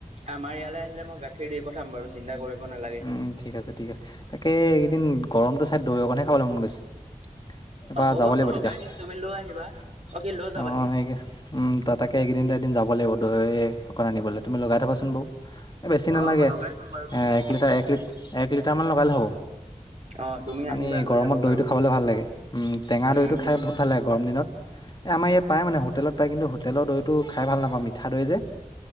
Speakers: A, on the right; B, on the left.
A: আমাৰ ইয়ালৈ আহিলে মই গাখীৰ দি পঠাম বাৰু চিন্তা কৰিব নালাগে।
B: উম ঠিক আছে ঠিক আছে। তাকে এইকেইদিন গৰমতটো চাই দৈ অকণহে খাবলৈ মন গৈছে। এইবাৰ
A: অ', হ'ব
B: যাব
A: মই
B: লাগিব
A: লগাই
B: তেতিয়া
A: দিম তুমি লৈ আহিবা। কি লৈ যাবাহি?
B: অ সেই উম তাকে এইকদিনটো এদিন যাব লাগিব দৈ অকণ আনিবলৈ তুমি লগাই থ'বাচোন বাৰু। বেছি
A: অ',
B: নালাগে
A: মই লগাই থম বাৰু তুমি
B: এক লিটাৰ এক এক লিটাৰমান লগালে হ'ব।
A: অ', তুমি
B: কানি
A: আহিবা লৈ
B: গৰমত
A: যাবা
B: দৈটো
A: বাৰু
B: খাবলৈ ভাল লাগে উম টেঙা
A: উম,
B: দৈটো খাই বহুত ভাল লাগে। গৰম দিনত এই আমাৰ ইয়াত পায় মানে হোটেলত পায়। কিন্তু হোটেলৰ দৈটো খাই ভাল নাপাওঁ মিঠা দৈ যে।